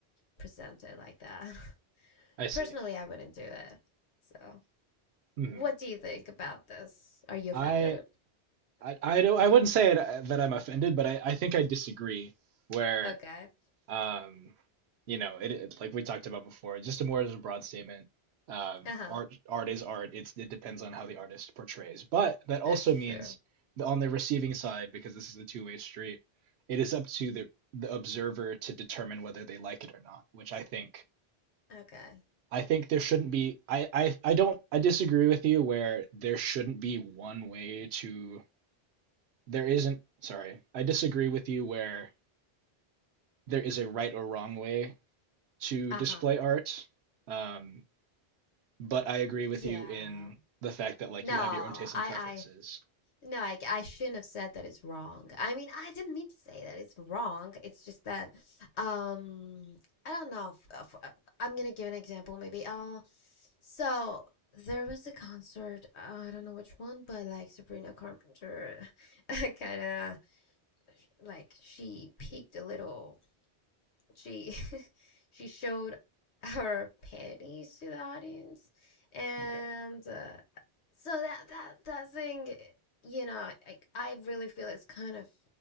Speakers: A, on the left; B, on the right.
A: presented like that <laughs>
B: I see.
A: personally i wouldn't do it so
B: Mm.
A: what do you think about this are you
B: I,
A: offended
B: I I don't I wouldn't say it, that I'm offended, but I, I think I disagree where
A: okay
B: um you know it, it like we talked about before, just a more as a broad statement. Um,
A: uh-huh
B: art art is art. It's it depends on how the artist portrays. But that also
A: that's true
B: means that on the receiving side, because this is a two-way street, it is up to the the observer to determine whether they like it or not, which I think
A: okay
B: I think there shouldn't be I, I I don't I disagree with you where there shouldn't be one way to there isn't sorry. I disagree with you where there is a right or wrong way to
A: uh-huh
B: display art. Um, but I agree with
A: yeah
B: you in the fact that like
A: no
B: you have your own tastes
A: i
B: and preferences.
A: i No, I, I shouldn't have said that it's wrong. I mean, I didn't mean to say that it's wrong. It's just that, um, I don't know. If, if, uh, I'm gonna give an example, maybe. Uh, so there was a concert. Uh, I don't know which one, but like Sabrina Carpenter, <laughs> kind of like she peaked a little she <laughs> she showed her panties to the audience, and
B: Okay.
A: uh, so that that that thing, you know, like I really feel it's kind of